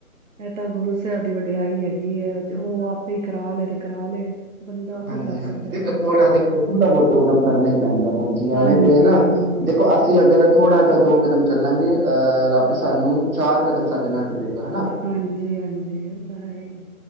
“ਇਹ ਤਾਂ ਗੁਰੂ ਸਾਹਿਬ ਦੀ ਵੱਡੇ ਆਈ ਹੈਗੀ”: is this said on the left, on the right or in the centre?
Right